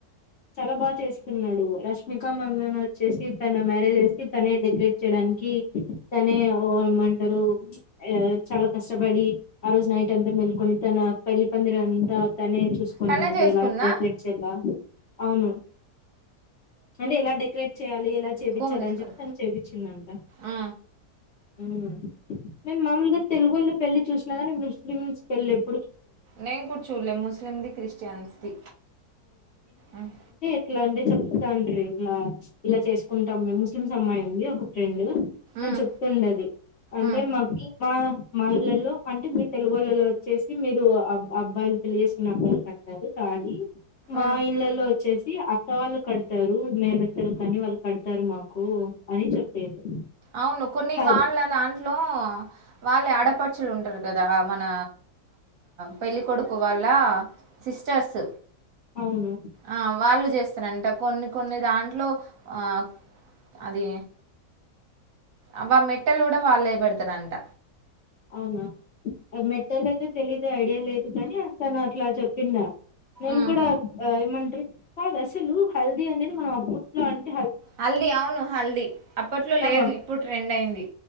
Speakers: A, on the left (about 55°); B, on the right (about 65°).
A: చాలా బా చేసుకున్నాడు రష్మిక మందాన వచ్చేసి తన మ్యారేజ్స్ కి తనే డెకరేట్ చేయడానికి కి తనే ఓ ఏమంటారు ఆ చాలా కష్టపడి ఆ రోజు నైట్ అంతా మెల్కొని తన పెళ్లి పందిరీ అంతా తనే చూసుకోనిందంటే
B: తనే చేసుకుందా
A: ఎలా డెకరేట్ చేయాలా అవును అంటే ఎలా డెకరేట్ చేయాలి ఎలా చేపించాలి
B: కోమ్ తీసుకురా
A: అని చెప్పి తను చేపించిందంట
B: ఆ,
A: హుమ్ నేను మామూలుగా తెలుగోళ్ల పెళ్లి చూసినా కానీ ముస్లిమ్స్ పెళ్లి ఎప్పు
B: నేను కుడా చూడాలే ముస్లింది క్రిస్టియన్స్ది ఉమ్
A: ఇట్లా అంటే చెప్తాండీ ఇలా ఇలా చేసుకుంటాం ముస్లిమ్స్ అమ్మాయి ఉంది ఒక ఫ్రెండ్ అని
B: ఉమ్,
A: చెప్తుండది అంటే
B: ఉమ్,
A: మాకి మా మా ఇళ్లలో అంటే మీ తెలుగోల్లలో చేసి మీరు అబ్బాయిలు పెళ్లి చేసుకున్న అబ్బాయి కట్టారు తాళి మా
B: ఉమ్.
A: ఇళ్లలో వచ్చేస్ ది అక్క వాళ్ళు కడుతారు మేనత్తారు కానీ వాళ్ళు కడతారు మాకు అని చెప్పేది
B: అవును కొన్ని
A: హల్
B: వాళ్ళ దాంట్లో వాళ్ళు ఆడపచులు ఉంటారు కదా మన పెళ్ళికొడుకు వాళ్ళ సిస్టర్స్
A: అవును
B: ఆ వాళ్ళు చేస్తారంట కొన్ని కొన్ని దాంట్లో ఆ అది అబ్బ మెట్టలు కూడా వల్లే పెడతరంట
A: అవునా అది మెటల్ అయితే తెలిదే ఐడియా లేదు కాని తన అట్లా చెప్పిందా నేన్
B: ఉమ్.
A: కూడా ఆ ఏమన్ కాదు అసలు హల్దీ అనేది మనం ఆ బూట్లో అ
B: హల్ది అవును హల్ది అప్పట్లో లేదు
A: ఆ!
B: ఇప్పుడు ట్రెండ్ అయింది